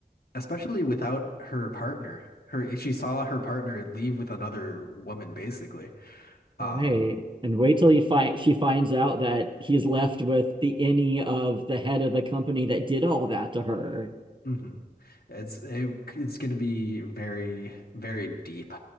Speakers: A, on the left; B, on the right.
A: Especially without her partner. Her she saw her partner leave with another woman, basically. Um,
B: Right. And wait till you find she finds out that he's left with the innie of the head of the company that did all that to her.
A: hmm It's it, it's gonna be very, very deep,